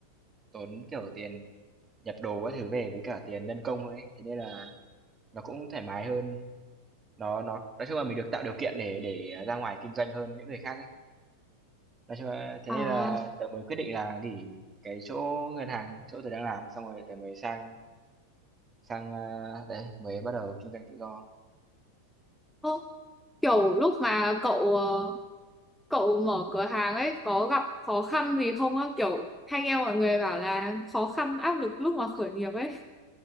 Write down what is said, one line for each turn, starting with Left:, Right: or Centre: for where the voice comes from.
Right: tốn, kiểu, tiền nhập đồ các thứ về với cả tiền nhân công thôi ấy, thế nên là nó cũng thoải mái hơn. Nó nó nói chung là mình được tạo điều kiện để để ra ngoài kinh doanh hơn những người khác ấy. Nói chung là thế
Centre: à
Right: nên là tớ mới quyết định là nghỉ cái chỗ ngân hàng, chỗ tớ đang làm, xong rồi tớ mới sang sang, a, đấy, mới bắt đầu kinh doanh tự do.
Centre: ô, kiểu lúc mà cậu ờ, cậu mở cửa hàng ấy có gặp khó khăn gì không á kiểu hay nghe mọi người bảo là khó khăn áp lực lúc mà khởi nghiệp ấy